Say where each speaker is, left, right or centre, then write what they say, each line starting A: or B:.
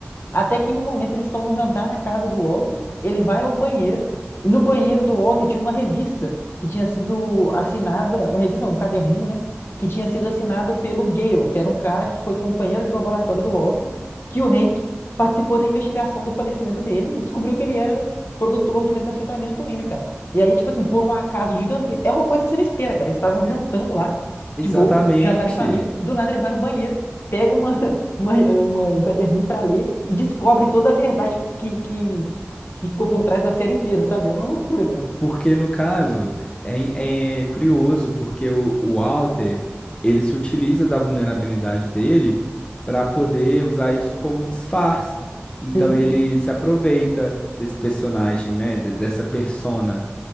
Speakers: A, on the left (about 60°); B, on the left (about 25°).
A: Até que em um momento eles estão num jantar na casa do Walter, ele vai ao banheiro, e no banheiro do Walter tinha uma revista que tinha sido assinada, uma revista, não, um caderninho, né? Que tinha sido assinado pelo Gale, que era um cara que foi companheiro de laboratório do Walter, que o Hank participou da investigação do falecimento dele e descobriu que ele era produtor de metanfetamina também, né, cara? E aí, tipo assim, por um acaso gigantesco, é uma coisa que você não espera, cara. Eles estavam jantando lá,
B: exatamente.
A: de boa, jantar em família, do nada ele vai no banheiro, pega uma, <laughs> uma- uma- um caderninho para ler e descobre toda a verdade que, que, que ficou por trás da série inteira, sabe? É uma loucura, cara.
B: Porque no caso, é, é curioso porque o, o Walter, ele se utiliza da vulnerabilidade dele para poder usar isso como disfarce. Então
A: Sim,
B: ele se aproveita desse personagem, né, de- dessa persona